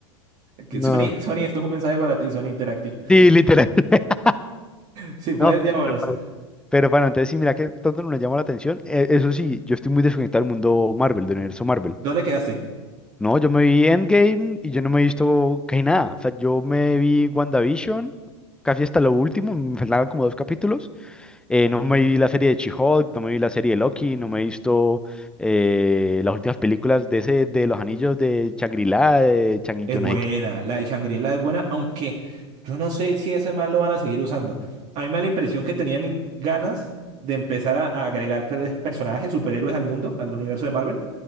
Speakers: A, on the right (about 50°); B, in the centre.
A: Que
B: No.
A: Sony, Sony, esto es un mensaje para ti, Sony Interactive.
B: Sí, literal. <laughs>
A: Si puedes,
B: No,
A: llámanos.
B: pero pa- pero bueno, entonces sí, mira que tanto nos llamó la atención. Eh, eso sí, yo estoy muy desconectado del mundo Marvel, del universo Marvel.
A: ¿Dónde quedaste?
B: No, yo me vi Endgame y yo no me he visto casi nada. O sea, yo me vi WandaVision, casi hasta lo último, <laughs> me faltaban como dos capítulos. Eh, no me vi la serie de She-Hulk, no me vi la serie de Loki, no me he visto eh, las últimas películas de ese, de los anillos de Shangri-La, de Changi,
A: Es
B: yo
A: buena,
B: no sé qué.
A: la de Shangri-La es buena, aunque yo no sé si ese man lo van a seguir usando. A mí me da la impresión que tenían in- ganas de empezar a, a agregar per- personajes, superhéroes al mundo, al universo de Marvel,